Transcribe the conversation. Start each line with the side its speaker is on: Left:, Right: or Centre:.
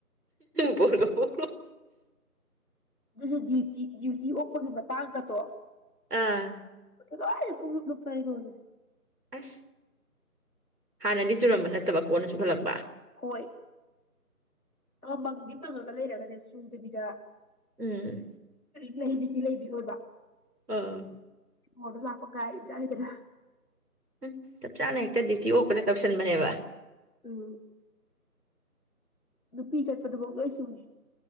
Right: ꯕꯣꯔꯒ ꯄꯨꯡꯂꯨꯞ
Left: ꯑꯗꯨꯁꯨ ꯗ꯭ꯌꯨꯇꯤ ꯗ꯭ꯌꯨꯇꯤ ꯑꯣꯛꯄꯒꯤ ꯃꯇꯥꯡꯒꯇꯣ
Right: ꯑꯥ
Left: ꯂꯣꯏꯅ ꯄꯨꯡꯂꯨꯞ ꯂꯨꯞꯅꯦ <unintelligible>
Right: ꯑꯁ ꯍꯥꯟꯅꯗꯤ ꯆꯨꯔꯝꯕ ꯅꯠꯇꯕ ꯀꯣꯟꯅ ꯆꯨꯈꯠꯂꯛꯄ
Left: ꯑꯣꯏ ꯑ ꯃꯪꯗꯤ ꯃꯪꯉꯒ ꯂꯩꯔꯒꯅꯦ ꯁꯨꯗꯕꯤꯗ
Right: ꯎꯝ
Left: ꯂꯩꯕꯤꯁꯤ ꯂꯩꯕꯤꯔꯣꯏꯕ
Right: ꯑꯥ
Left: ꯍꯗ ꯂꯥꯛꯄ ꯒꯥꯔꯤꯖꯅꯤꯒꯔ
Right: ꯎ ꯆꯞ ꯆꯥꯅ ꯍꯦꯛꯇ ꯗ꯭ꯌꯨꯇꯤ ꯑꯣꯛꯄꯗ ꯇꯧꯁꯟꯕꯅꯦꯕ
Left: ꯎꯝ ꯅꯨꯄꯤ ꯆꯠꯄꯗꯕꯥꯎ ꯐꯥꯎ ꯂꯣꯏ ꯆꯨꯡꯉꯤ